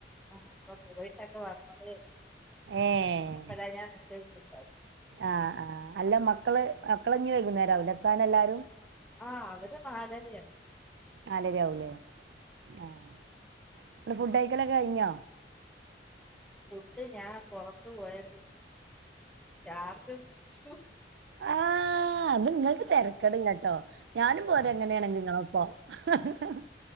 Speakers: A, in the centre; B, on the right.
A: ആ ഇപ്പൊ പോയിട്ടൊക്കെ വന്നതേ ഉള്ളൂ
B: ഏഹ്
A: അപ്പഴാ ഞാൻ മെസ്സേജ് ഇട്ടത്
B: ആഹ് ആ അല്ല മക്കള് മക്കളഞ്ഞ് വൈകുന്നേരാവില്ലെ എത്താൻ എല്ലാരും
A: ആഹ അവടെ നാലര
B: നാലര ആവൂല്ലേ ആഹ് ഫുഡ് കഴിക്കല് കഴിഞ്ഞോ
A: പുട്ട് ഞാൻ പുറത്തു പോയപ്പോ ചാർട്ട് ച്ചു
B: ആ അത് നിങ്ങക്ക് തെരക്കട് ഇല്ലട്ടോ ഞാനും പൊരാങ്ങെനേയാണെങ്കി ഇങ്ങളൊപ്പം <unintelligible>